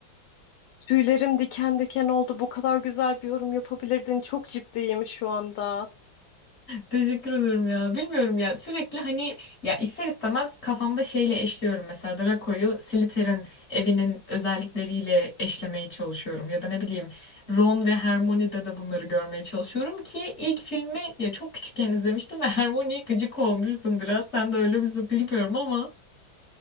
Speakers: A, on the left; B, on the left.
A: Tüylerim diken diken oldu. Bu kadar güzel bir yorum yapabilirdin. Çok ciddiyim şu anda.
B: Teşekkür ederim ya. Bilmiyorum ya sürekli hani ya ister istemez kafamda şeyle eşliyorum mesela Draco'yu Slytherin evinin özellikleriyle eşlemeye çalışıyorum ya da ne bileyim Ron ve Hermione'de de bunları görmeye çalışıyorum ki ilk filmi ya çok küçükken izlemiştim ve <laughs> Hermione'ye gıcık olmuştum biraz sen de öyle bizi bilmiyorum ama